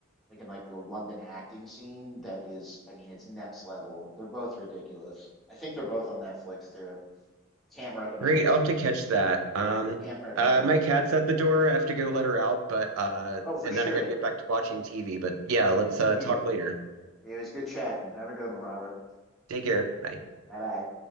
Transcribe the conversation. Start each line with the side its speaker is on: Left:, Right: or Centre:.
Centre: like in like the London acting scene that is, I mean, it's next level. They're both ridiculous. I think they're both on Netflix too. Can't recommend
Right: Great.
Centre: them enough.
Right: I'll have to catch that. Um,
Centre: Can't recommend
Right: uh,
Centre: them
Right: my
Centre: enough.
Right: cat's at the door. I have to go let her out, but uh,
Centre: Oh, for
Right: and
Centre: sure.
Right: then I got to get back to watching TV. But yeah, let's
Centre: Indeed.
Right: uh, talk later.
Centre: It was good chatting. Have a good one, Robert.
Right: Take care. Bye.
Centre: Bye bye.